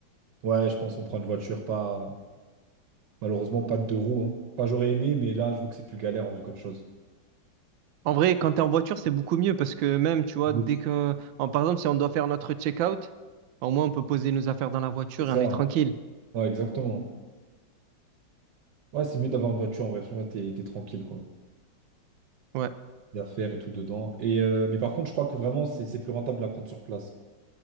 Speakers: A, on the right; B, on the right.
A: Ouais, je pense qu'on prend une voiture, pas malheureusement pas de deux roues. hein. Enfin, j'aurais aimé, mais là, je vois que c'est plus galère en vrai qu'autre chose.
B: En vrai, quand t'es en voiture, c'est beaucoup mieux parce que même, tu vois, dès
A: Ouf.
B: que, en- par exemple, si on doit faire notre check-out, au moins on peut poser nos affaires dans la voiture
A: C'est ça.
B: et on est tranquille.
A: Ouais, exactement. Ouais, c'est mieux d'avoir une voiture en vrai. Franchement, t'es, t'es tranquille, quoi.
B: Ouais.
A: Les affaires et tout dedans. Et, euh, mais par contre, je crois que vraiment, c'est c'est plus rentable de la prendre sur place.